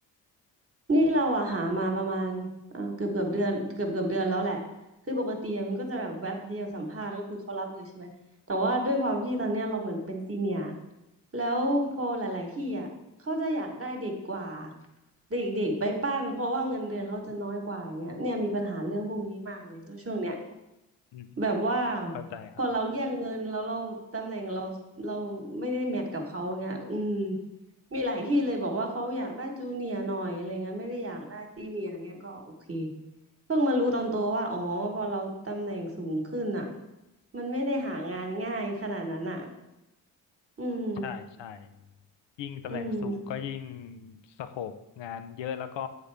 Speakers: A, on the right; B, on the left.
A: นี่เราอะหามาประมาณเออเกือบเกือบเดือนเกือบเกือบเดือนแล้วแหละคือปกติอะมันก็จะแบบแวบเดียวสัมภาษณ์ก็คือเขารับเลยใช่ไหมแต่ว่าด้วยความที่ตอนเนี้ยเราเหมือนเป็นซีเนียร์แล้วพอหลายๆที่อะเขาจะอยากได้เด็กกว่าเด็กๆ ไปปั้นเพราะว่าเงินเดือนเขาจะน้อยกว่าอย่างเงี้ยเนี่ยมีปัญหาเรื่องพวกนี้มากเลยตัวช่วงเนี้ย
B: อืม
A: แบบว่า
B: เข้าใจครับ
A: พอเราเรียกเงินแล้วเราตำแหน่งเราเราไม่ได้แมทกับเขาเงี้ยอืมมีหลายที่เลยบอกว่าเขาอยากได้จูเนียร์หน่อยอะไรเงี้ยไม่ได้อยากได้ซีเนียร์เงี้ยก็โอเคเพิ่งมารู้ตอนโตว่าอ๋อพอเราตำแหน่งสูงขึ้นอ่ะมันไม่ได้หางานง่ายขนาดนั้นอ่ะอืม
B: ใช่ใช่ยิ่งตำแหน่งสูงก็ยิ่ง
A: อืม
B: สโคปงานเยอะแล้วก็